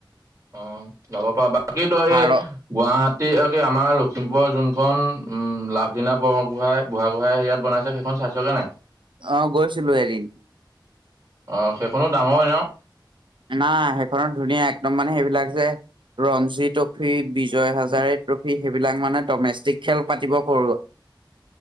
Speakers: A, on the right; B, on the right.
A: অ', যাব পাৰা বাকী তই
B: ভাৰত
A: এই গুৱাহাটী আৰু আমাৰ লখিমপুৰৰ যোনখন উম লাভলিনা বৰগোহই বুঢ়াগোহাঁই ইয়াত বনাইছে সেই সেইখন চাইচ গে নাই?
B: অ', গৈছিলো হেৰি
A: অঁ সেইখনো ডাঙৰে ন'?
B: না সেইখনত ধুনীয়া একদম মানে সেইবিলাক যে ৰঞ্জী ট্ৰফী বিজয় হাজাৰী ট্ৰফি সেইবিলাক মানে ডমেষ্টিক খেল পাতিব কৰো